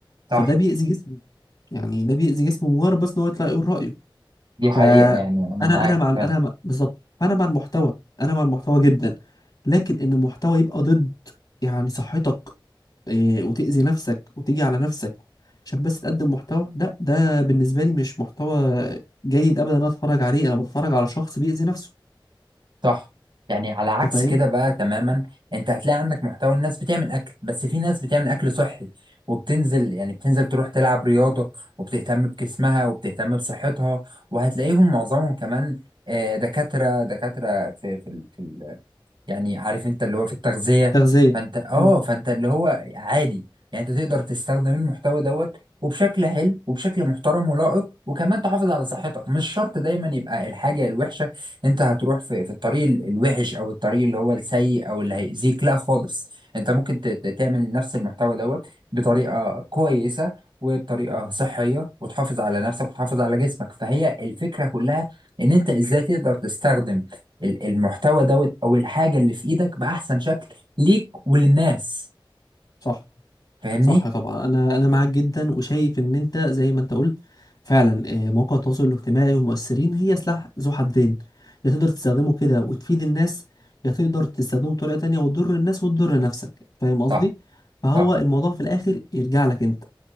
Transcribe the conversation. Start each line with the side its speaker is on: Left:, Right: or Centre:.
Left: فده
Right: صح
Left: بيأذي جسمه يعني ده بيأذي جسمه مجرد بس ان هو يطلع يقول رأيه
Right: دي حقيقة
Left: فانا
Right: يعني انا معاك
Left: انا مع انا
Right: فعلا
Left: مع بالظبط انا مع المحتوى انا مع المحتوى جدا لكن ان المحتوى يبقى ضد يعني صحتك إيه، وتأذي نفسك وتيجي على نفسك عشان بس تقدم محتوى لا ده بالنسبة لي مش محتوى جيد أبدا أنا أتفرج عليه أنا بتفرج على شخص بيأذي نفسه
Right: صح يعني على عكس
Left: أنت فاهم
Right: كده بقى تماما انت هتلاقي عندك محتوى الناس بتعمل اكل بس في ناس بتعمل اكل صحي وبتنزل يعني بتنزل تروح تلعب رياضة وبتهتم بجسمها وبتهتم بصحتها وهتلاقيهم معظمهم كمان آه، دكاترة دكاترة في في ال- في ال- يعني عارف انت اللي هو في التغذية
Left: تغذية
Right: فانت اه
Left: مم.
Right: فانت اللي هو عادي يعني انت تقدر تستخدم المحتوى دوت وبشكل حلو وبشكل محترم ولائق وكمان تحافظ على صحتك مش شرط دايما يبقى الحاجة الوحشة انت هتروح في, في الطريق ال- الوحش او الطريق اللي هو السيء او اللي هيأذيك لا خالص انت ممكن ت- ت- تعمل نفس المحتوى دوت بطريقة كويسة وبطريقة صحية وتحافظ على نفسك وتحافظ على جسمك فهي الفكرة كلها ان انت ازاي تقدر تستخدم ال- المحتوى دوت او الحاجه اللي في ايدك باحسن شكل ليك وللناس
Left: صح
Right: فاهمني
Left: صح طبعا أنا أنا معاك جدا وشايف إن أنت زي ما أنت قلت فعلا إيه، مواقع التواصل الاجتماعي والمؤثرين هي سلاح ذو حدين يا تقدر تستخدمه كده وتفيد الناس يا تقدر تستخدمه بطريقة تانية وتضر الناس وتضر نفسك فاهم قصدي؟
Right: صح
Left: فهو
Right: صح
Left: الموضوع في الآخر يرجع لك أنت